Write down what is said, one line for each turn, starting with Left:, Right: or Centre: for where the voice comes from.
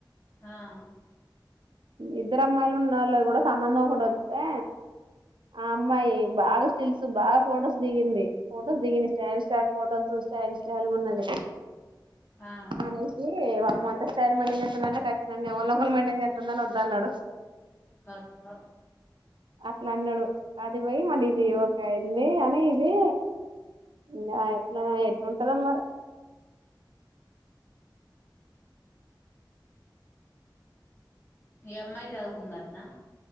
Left: ఆఆ
Right: ఇద్దరు అమ్మాయిలు ఉన్నొలోది కూడ సంబంధం ఒకటొస్తే ఆ అమ్మాయ్ బాగ స్టిల్స్ బాగ్ ఫొటోస్ దిగింది ఫొటోస్ దిగింది style style photos style style గున్నది
Left: ఆ
Right: మనిషి వ మె అంత స్టయిల్ మెయింటేన్ చేస్తుందంటే కచితంగా ఎవర్నో ఒకర్ని మెయింటేన్ జేస్తూ అన్నను వద్దన్నాడు
Left: కథం
Right: అట్లన్నాడు అది పొయి మళ్ళీ ఇది ఒకే అయింది అని ఇది ఇగ ఎట్లుంటాదో మరే
Left: ఈ అమ్మాయ్ చదుకుందటన